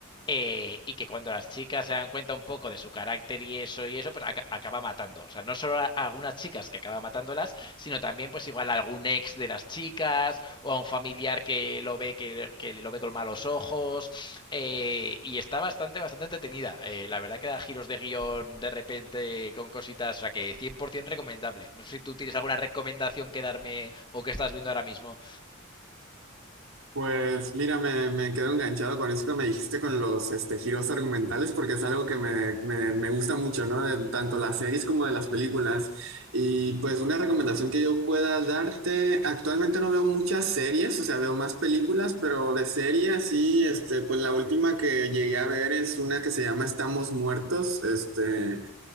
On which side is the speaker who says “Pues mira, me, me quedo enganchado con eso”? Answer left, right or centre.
Right